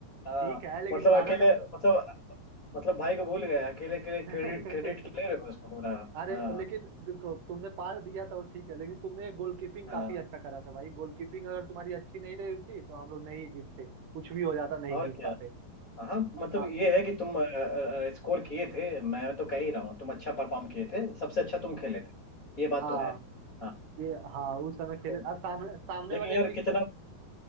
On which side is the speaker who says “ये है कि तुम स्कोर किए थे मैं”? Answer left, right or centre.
Left